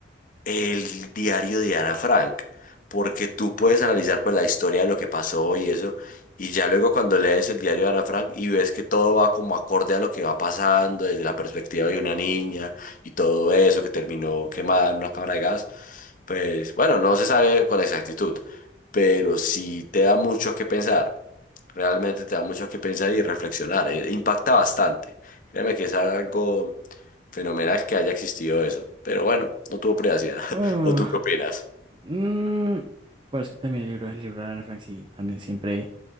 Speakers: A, on the left (about 45°); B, on the right (about 25°).
A: el diario de Ana Frank, porque tú puedes analizar pues la historia de lo que pasó y eso, y ya luego cuando lees el diario de Ana Frank y ves que todo va como acorde a lo que va pasando desde la perspectiva de una niña y todo eso que terminó quemada en una cámara de gas, pues bueno, no se sabe con exactitud, pero sí te da mucho a qué pensar realmente te da mucho que pensar y reflexionar. eh, impacta bastante. Créeme que es algo fenomenal que haya existido eso. Pero bueno, no tuvo privacidad. <laughs>
B: Ah,
A: ¿O tú qué opinas?
B: mm, bueno, es que también el libro, el libro de Ana Frank sí, también siempre